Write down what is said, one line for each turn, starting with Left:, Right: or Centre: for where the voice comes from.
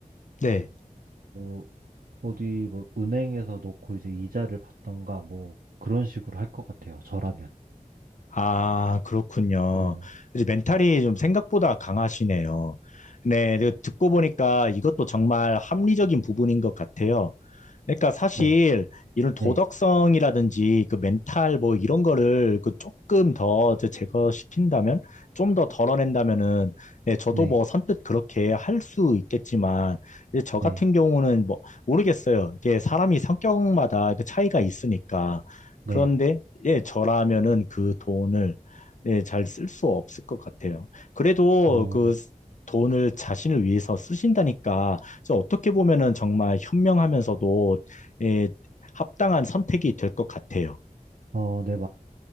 Left: 네.
Right: 뭐 어디 뭐 은행에서 놓고 이제 이자를 받던가 뭐 그런 식으로 할 것 같아요. 저라면.
Left: 아, 그렇군요.
Right: 네.
Left: 이제 멘탈이 좀 생각보다 강하시네요. 네. 그 듣고 보니까 이것도 정말 합리적인 부분인 것 같아요. 그러니까 사실
Right: 네.
Left: 이런 도덕성이라든지
Right: 네.
Left: 그 멘탈 뭐 이런 거를 그 조금 더 이제 제거시킨다면 좀 더 덜어낸다면은 예, 저도
Right: 네.
Left: 뭐 선뜻 그렇게 할 수 있겠지만 이제 저
Right: 네.
Left: 같은 경우는 뭐 모르겠어요. 이게 사람이 성격마다 그 차이가 있으니까
Right: 네.
Left: 그런데
Right: 네.
Left: 예, 저라면은 그 돈을 예, 잘 쓸 수 없을 것 같아요. 그래도
Right: 어,
Left: 그 돈을 자신을 위해서 쓰신다니까 이제 어떻게 보면은 정말 현명하면서도 예, 합당한 선택이 될 것 같아요.
Right: 어, 네,